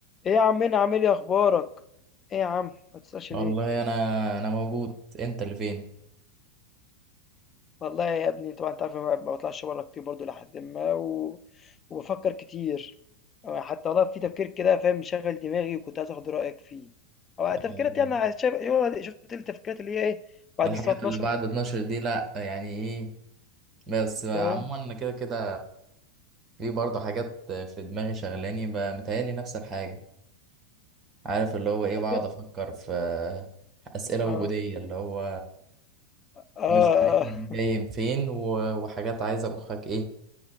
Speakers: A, on the left; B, on the right.
A: ايه يا عمنا عامل ايه اخبارك ايه يا عم ما تسألش
B: والله
A: ليه
B: انا انا موجود انت اللي فين
A: والله يا ابني طبعا انت عارف أنا ما بطلعش بره كتير برضو لحد ما و... وبفكر كتير آه، حتى والله في تفكير كده فاهم مشغل دماغي وكنت عايز اخد رأيك فيه او تفكيرات
B: أم،
A: يعني عايز- شايف شفت التفكيرات اللي هي ايه بعد
B: الحاجات
A: الساعة 12
B: اللي بعد 12 دي لا يعني ايه بس عموما
A: فاهم
B: انا كده كده في برضه حاجات في دماغي شغلاني ب- متهيألي نفس الحاجة عارف اللي هو ايه
A: طب
B: بقعد
A: يا
B: افكر في أسئلة
A: اه
B: وجودية اللي هو
A: اه
B: مش عارف منين
A: <laughs>
B: جاي
A: اه,
B: من فين و- وحاجات عايزة مخك ايه